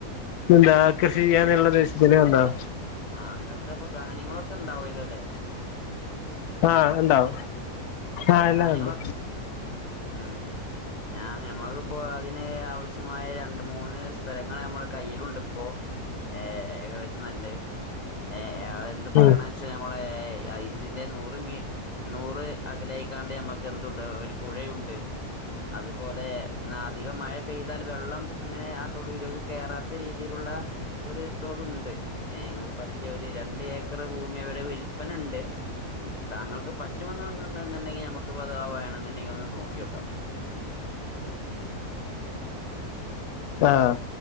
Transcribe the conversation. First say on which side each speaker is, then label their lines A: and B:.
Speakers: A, on the left (about 85°); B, on the left (about 35°).
A: നിന്താ കൃഷിച്ചെയ്‌നള്ള <unintelligible>
B: ആഹ അങ്ങനടുത്തെ ഇപ്പൊ ധാന്യങ്ങളൊക്കെ ഇണ്ടാവൂലോല്ലേ
A: ആഹ ഉണ്ടാവ ആഹ എല്ലാം
B: ധാന്യങ്ങളൊ
A: ഉണ്ട്
B: ഉം ഞാൻ ഞമ്മക്കിപ്പോ അതിന് ആവശ്യമായ രണ്ട മൂന്ന് സ്ഥലങ്ങൾ നമ്മള കയ്യിലുണ്ട് ഇപ്പോ ഏ ഏകദേശം നല്ല ഏ എന്ത് പറയണ
A: ഉം
B: വെച്ചൽ നമ്മള അ ഇതിന്റെ നൂറ് മീ നൂറ് അകലായികാണ്ട് മ്മക്ക് എന്തുണ്ട് ഒരു പുഴയുണ്ട് അതുപോലെ അധികം മഴ പെയ്താൽ വെള്ളം അങ്ങനെ ആ തൊഴിലക്ക് കയറാത്ത രീതിയിലുള്ള ഒരു തൊടുണ്ട് നിങ്ങൾക്ക് പറ്റിയ ഒരു രണ്ട് ഏക്കർ ഭൂമി അവിടെ വിൽപന ഉണ്ട് താങ്കൾക്ക് പറ്റുമണ്ടുണ്ടെങ്കിൽ നമുക്ക് ക്ക് പവാവ ആണെന്നുണ്ടെങ്കിൽ ഒന്ന് നോക്കി വോക്കാം
A: ആഹ്